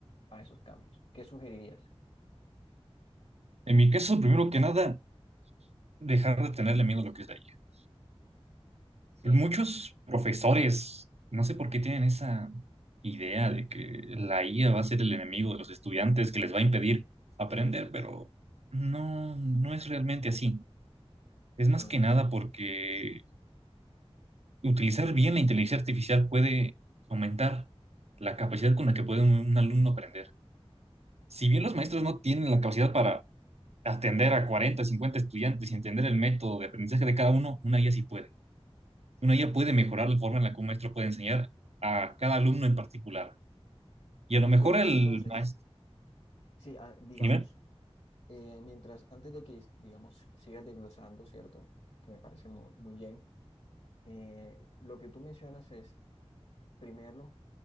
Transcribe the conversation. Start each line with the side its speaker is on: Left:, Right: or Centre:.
Left: A esos cambios. ¿Qué sugerirías?
Right: En mi caso, primero que nada, dejar de tenerle miedo a lo que es la I A.
Left: Sí,
Right: Muchos profesores, no sé por qué tienen esa idea de que la IA va a ser el enemigo de los estudiantes, que les va a impedir aprender, pero no, no es realmente así. Es más
Left: mm,
Right: que nada porque utilizar bien la inteligencia artificial puede aumentar la capacidad con la que puede un, un alumno aprender. Si bien los maestros no tienen la capacidad para atender a 40 50 estudiantes y entender el método de aprendizaje de cada uno, una IA sí puede. una IA puede
Left: correcto.
Right: mejorar la forma en la que un maestro puede enseñar a cada alumno en particular. Y a lo
Left: Disculpa,
Right: mejor el
Left: entonces,
Right: maestro...
Left: sí, ah, digamos,
Right: Dime.
Left: eh, mientras, antes de que, digamos, sigas desglosando, ¿cierto? Que me parece mu- muy, bien, eh, lo que tú mencionas es, primero,